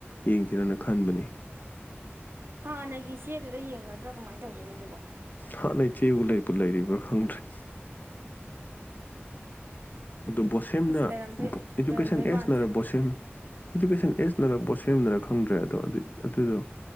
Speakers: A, on the left; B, on the right.
A: ꯌꯦꯡꯁꯤꯟꯅ ꯈꯟꯕꯅꯤ
B: ꯍꯥꯟꯅꯒꯤ ꯏꯆꯦꯗꯨꯗ ꯌꯦꯡꯒꯗ꯭ꯔꯥ ꯀꯃꯥꯏꯅ ꯇꯧꯗꯣꯏꯅꯣ ꯑꯗꯨꯕꯣ
A: ꯍꯥꯟꯅꯩ ꯏꯆꯦꯕꯨ ꯂꯩꯕꯨ ꯂꯩꯔꯤꯕ꯭ꯔꯥ ꯈꯪꯗ꯭ꯔꯦ ꯑꯗꯨ ꯕꯣꯁꯦꯝꯅ
B: ꯑꯁ ꯂꯩꯔꯝꯗꯣꯏ
A: ꯏꯗꯨꯀꯦꯁꯟ
B: ꯂꯩꯔꯝꯗꯣꯏ
A: ꯑꯦꯖꯅꯔꯛ
B: ꯃꯥꯟꯗ꯭ꯔꯦ
A: ꯁ ꯏꯗꯨꯀꯦꯁꯟ ꯑꯦꯖꯅꯔꯛ ꯁꯦꯝꯅꯔꯛ ꯈꯪꯗ꯭ꯔꯦ ꯑꯗꯣ ꯑꯗꯨ ꯑꯗꯨꯗꯣ